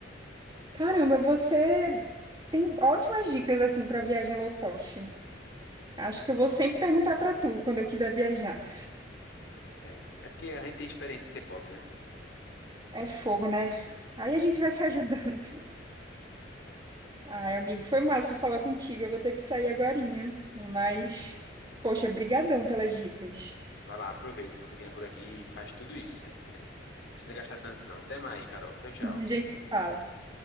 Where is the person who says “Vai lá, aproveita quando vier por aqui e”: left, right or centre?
Left